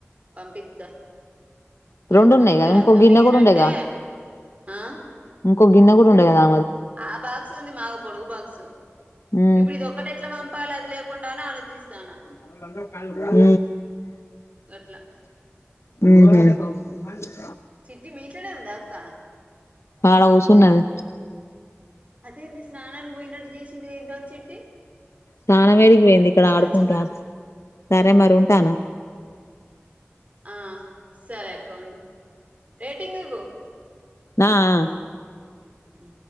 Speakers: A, on the right; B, on the left.
A: పంపిస్తా పెత్తమని
B: రెండు ఉన్నాయి
A: ఒకేళ
B: కదా ఇంకో
A: అథమయ్యాన
B: గిన్నె కూడా ఉండేగా
A: అంటే ఆ
B: ఒక గిన్న కూడా ఉండ కదా
A: ఆ బాక్స్ ఉంది మాకు పొడుగు బాక్సు
B: హ్మ్
A: ఇప్పుడు ఇది ఒక్కటి ఎట్లా పంపాలి అది లేకుండా అనే ఆలోచించ జీస్తానా
B: <inaudible>
A: గట్లా
B: ఉహు
A: సిట్టి మి ట్లానే ఉందా అక్క
B: అడ కుసునది
A: అదే స్నానికి పోయినట్టు చేసింది ఇంత చెట్టి
B: సాన వేడికి పోయింది ఇక్కడ ఆడుకుంతనది
A: వచ్చిగా
B: సరే మరి ఉంటానా
A: ఆ సరే అక్క రేటింగ్ ఇవు
B: నా ఆ ఆ
A: అ